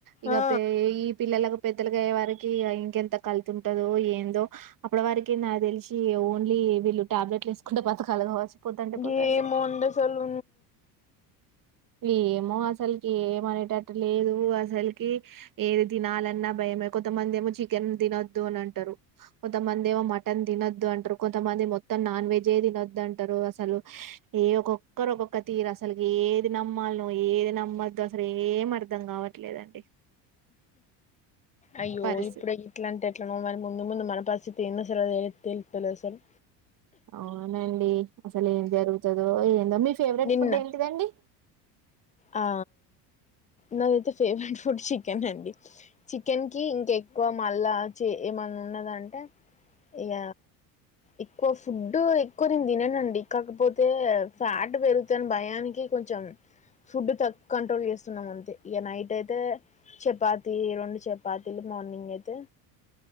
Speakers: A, on the right; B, on the left.
A: ఇగ
B: ఆ
A: పే ఈ పిల్లలకు పెద్ తలుగాయ్యే వరికి ఇంకెంత కల్తుంటదో ఏందో అప్పటి వరికి నాకి తెలిసి ఓన్లీ వీళ్ళు టాబ్లెట్లు వేసుకుంటా బతకాలు కావచ్చు పోతంటే పోతంటే
B: ఏమో అండసలు
A: ఏమో అసలుకి ఏమనేటట్టు లేదు అసలుకి ఏది తినాలన్నా భయమే కొంతమంది ఏమో చికెన్ తినొద్దు అని అంటారు కొంతమంది ఏమో మటన్ తినొద్దు అంటారు కొంతమంది మొత్తం నాన్ వెజ్జే తినొద్ అంటారు అసలు ఏ ఒక్కొక్కరు ఒక్కొక్క తీరు అసలుకి ఏ ది నమ్మాలో ఏది నమ్మదు అసలు ఏం అర్ధం కావట్లేదండి
B: అయ్యో
A: పరిస్థితి
B: ఇప్పుడే ఎట్లా అంటే ఎట్లనో మరి ముందు ముందు మన పరి స్ధితేందసలు <unintelligible> తెలుత్త లేదసలు
A: అవునండి అసలు ఏం జరుగుతదో ఏందో మీ ఫేవరెట్
B: నిన్న
A: ఫుడ్ ఏంటిదండి
B: ఆ నాదైతే ఫేవరెట్ ఫుడ్ చికెన్ అండి చికెన్ కి ఇంకా ఎక్కువ మళ్ళా చే ఏమన్నా ఉన్నదంటే ఇక ఎక్కువ ఫుడ్ ఎక్కువ తిననండి కాకపోతే ఫ్యాట్ పెరుగుతుని భయానికి కొంచెం ఫుడ్ తక్కు కంట్రోల్ చేస్తున్నాం అంతే ఇక నైట్ అయితే చపాతి రెండు చపాతీలు మార్నింగ్ అయితే